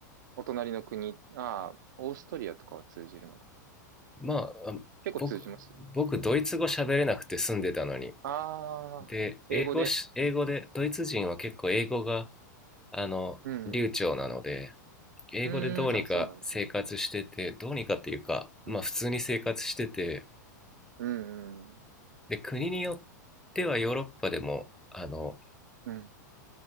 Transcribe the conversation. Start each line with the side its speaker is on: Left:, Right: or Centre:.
Right: お隣の国、ああ、オーストリアとかは通じるのか。
Centre: まあ、あ僕、
Right: 結構通じます
Centre: 僕、ドイツ語喋れなくて住んでたのに。
Right: ああー、
Centre: で、英語し、
Right: 英語で。
Centre: 英語で、ドイツ人は結構英語が、あの、
Right: うん。
Centre: 流暢なので、英語でどうにか生活してて、
Right: うーん、あ、そうなんですね。
Centre: どうにかっていうか、
Right: うん、
Centre: まあ普通に生活してて、
Right: うん、
Centre: で、国によってはヨーロッパでも、あの、
Right: うん、うん、